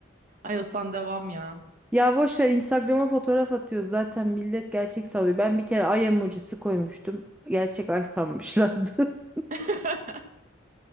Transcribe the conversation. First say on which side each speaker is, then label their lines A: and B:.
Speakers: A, on the right; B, in the centre.
A: iOS'tan devam ya.
B: Ya boş ver Instagram'a fotoğraf atıyor. Zaten millet gerçek sanıyor. Ben bir kere ay emojisi koymuştum. Gerçek ay sanmışlardı. <laughs>
A: <laughs>